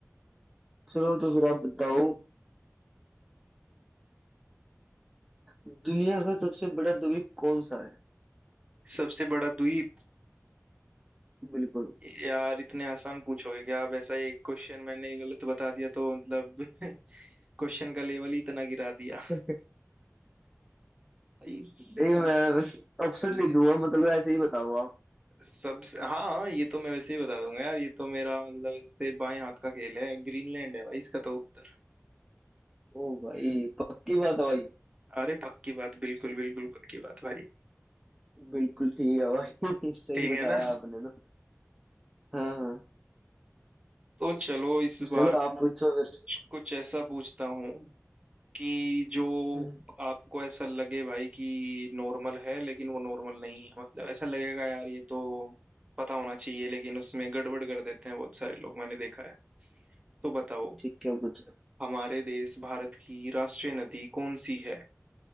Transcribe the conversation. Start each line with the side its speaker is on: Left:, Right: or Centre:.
Centre: चलो तो फिर आप बताओ दुनिया का सबसे बड़ा द्वीप कौन सा है
Right: सबसे बड़ा द्वीप
Centre: बिल्कुल
Right: यार इतने आसान पूछोगे क्या आप ऐसा एक क्वेश्चन मैंने गलत बता दिया तो मतलब <laughs> क्वेश्चन का लेवल ही इतना गिरा दिया
Centre: <laughs>
Right: भाई सब
Centre: नहीं मैं बस ऑप्शन ले दूंगा मतलब ऐसे ही बताओ आप
Right: सब हाँ हाँ, ये तो मैं वैसे ही बता दूंगा यार ये तो मेरा मतलब इससे बाएं हाथ का खेल है ग्रीनलैंड है भाई इसका तो उत्तर
Centre: ओ भाई पक्की बात है भाई
Right: अरे पक्की बात बिल्कुल बिल्कुल पक्की बात भाई
Centre: बिल्कुल ठीक है भाई <laughs> सही
Right: ठीक
Centre: बताया
Right: है ना
Centre: आपने तो हाँ हाँ
Right: तो चलो इस बार
Centre: चलो
Right: कुछ
Centre: आप पूछो फिर
Right: कुछ ऐसा पूछता हूँ कि जो
Centre: हम्म,
Right: आपको ऐसा लगे भाई कि नॉर्मल है लेकिन वो नॉर्मल नहीं है मतलब ऐसा लगेगा यार ये तो पता होना चाहिए लेकिन उसमें गड़बड़ कर देते हैं बहुत सारे लोग मैंने देखा है तो बताओ
Centre: ठीक है पूछो
Right: हमारे देश भारत की राष्ट्रीय नदी कौन सी है